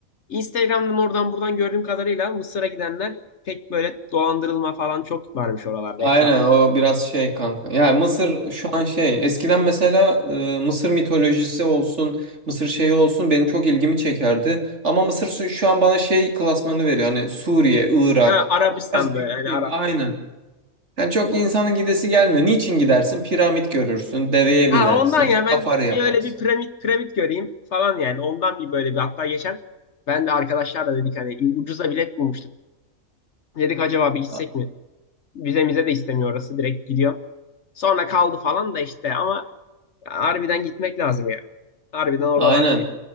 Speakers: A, on the left; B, on the right.
A: Instagram'dan oradan buradan gördüğüm kadarıyla Mısır'a gidenler pek böyle dolandırılma falan çok varmış oralarda
B: Aynen
A: etrafta.
B: o biraz şey kanka. Yani Mısır
A: Çok.
B: şu an şey eskiden mesela e, Mısır mitolojisi olsun, Mısır şeyi olsun benim çok ilgimi çekerdi. Ama Mısır şu şu an bana şey klasmanı veriyor. Hani Suriye, Irak
A: Ha, Arabistan'da
B: o tarz bir ülkeyim.
A: yani Arap
B: Aynen.
A: yani.
B: Yani çok
A: O-
B: insanın gidesi gelmiyor. Niçin gidersin? Piramit görürsün, deveye
A: Ha
B: binersin,
A: ondan ya ben
B: safari yaparsın.
A: bir öyle bir piramit piramit göreyim falan yani ondan bir böyle bir hatta geçen ben de arkadaşlarla dedik hani ucuza bilet bulmuştuk. Dedik acaba bir gitsek
B: A-
A: mi? Vizemize de istemiyor orası. Direkt gidiyor. Sonra kaldı falan da işte ama harbiden gitmek lazım ya. Harbiden oralar.
B: Aynen.